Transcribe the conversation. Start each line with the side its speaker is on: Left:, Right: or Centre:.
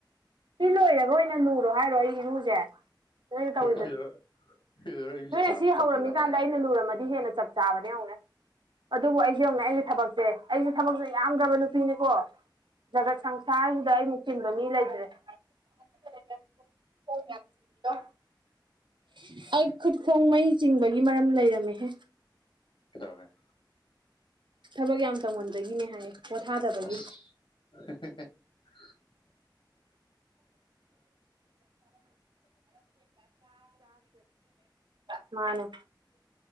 Right: ꯁꯤ ꯂꯣꯏꯔꯒ ꯑꯣꯏꯅ ꯂꯨꯔꯣ ꯍꯥꯏꯔꯣ ꯑꯩ ꯏꯔꯨꯁꯦ ꯅꯣꯏꯅ ꯇꯧꯔꯤꯕꯅꯤ
Left: ꯍꯣꯏ ꯁꯤꯗ ꯁꯤꯗ ꯑꯩꯁꯨ
Right: ꯅꯣꯏꯅ
Left: ꯆꯥꯔꯖ
Right: ꯁꯤ
Left: ꯇꯧꯁꯜꯂꯒꯦ
Right: ꯍꯧꯔꯝꯃꯤꯀꯥꯟꯗ ꯑꯩꯅ ꯂꯨꯔꯝꯃꯗꯤ ꯍꯦꯟꯅ ꯆꯠꯄ ꯆꯥꯕꯅꯎꯒ ꯑꯗꯨꯕꯨ ꯑꯩꯁꯦ ꯌꯦꯡꯉ ꯑꯩꯁꯦ ꯊꯕꯛꯁꯦ ꯑꯩꯁꯦ ꯊꯕꯛꯁꯦ ꯌꯥꯝꯗ꯭ꯔꯕ ꯅꯨꯄꯤꯅꯤꯀꯣ ꯖꯒꯠ ꯁꯪꯁꯥꯔꯁꯤꯗ ꯑꯩ ꯃꯨꯛꯆꯤꯟꯕ ꯃꯤ ꯂꯩꯇ꯭ꯔꯦ <unintelligible> ꯑꯩ ꯈꯨꯠꯈꯣꯡ ꯃꯩ ꯆꯤꯡꯕꯒꯤ ꯃꯔꯝ ꯂꯩꯔꯝꯃꯦꯍꯦ
Left: ꯀꯗꯧꯔꯒꯦ
Right: ꯊꯕꯛ ꯌꯥꯝ ꯇꯧꯃꯟꯕꯒꯤꯅꯦ ꯍꯥꯏꯌꯦ ꯄꯣꯊꯥꯗꯕꯒꯤ
Left: ꯑꯁ <unintelligible>
Right: <inaudible> ꯃꯥꯅꯦ